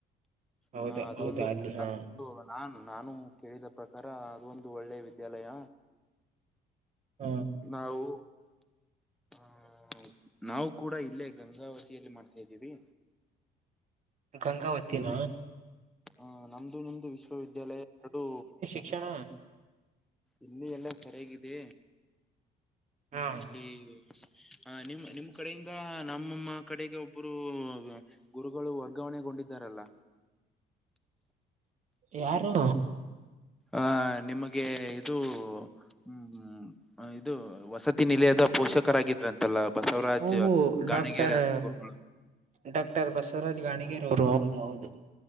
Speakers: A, on the right (about 45°); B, in the centre.
A: ಹೌದು
B: ಹಾಂ ಅದೊಂದು
A: ಹೌದಾ ಅಲ್ಲಿ
B: ಪ್ರ
A: ಹ
B: ಅ ಅದು ನಾನ್ ನಾನು ಕೇಳಿದ ಪ್ರಕಾರ ಅದೊಂದು ಒಳ್ಳೆ ವಿದ್ಯಾಲಯ
A: ಹ್ಮ್
B: ನಾವು ಹಾಂ ಊಂ ನಾವು ಕೂಡ ಇಲ್ಲೇ ಗಂಗಾವತಿಯಲ್ಲಿ ಮಾಡ್ತಾ ಇದ್ದೀವಿ.
A: ಗಂಗಾವತಿನ?
B: ಹಾಂ ನಮ್ದು ನಿಮ್ದು ವಿಶ್ವವಿದ್ಯಾಲಯ ಎರಡು
A: ಕ್ಷಣ
B: ಇಲ್ಲಿ ಎಲ್ಲ ಸರಿಯಾಗಿದೆ
A: ಹಾ
B: ಹ ಇಲ್ಲಿ ಹ ನಿಮ್ಮ್ ನಿಮ್ಮ ಈ ಕಡೆಯಿಂದ ನಮ್ಮಮ್ಮ ಕಡೆಗೆ ಒಬ್ಬರು ಗುರುಗಳು ವರ್ಗಾವಣೆಗೊಂಡಿದ್ದಾರಲ್ಲ
A: ಯಾರು
B: ಆ ನಿಮಗೆ ಇದು ಹ ಹ್ಮ್ ಇದು ವಸತಿ ನಿಲಯದ ಪೋಷಕರಾಗಿದ್ರಂತೆ ತ್ತಲ್ಲಾ ಬಸವರಾಜ್
A: ಓಹೋ
B: ಗಾಣಿಗರೆ
A: ಡಾಕ್ಟರ್
B: ಅಂತ ಗುರುಗಳು
A: ಡಾಕ್ಟರ್ ಬಸವರಾಜ್ ಗಾಣಿಗರ ಅವರು ಹೌದು ಹೌದು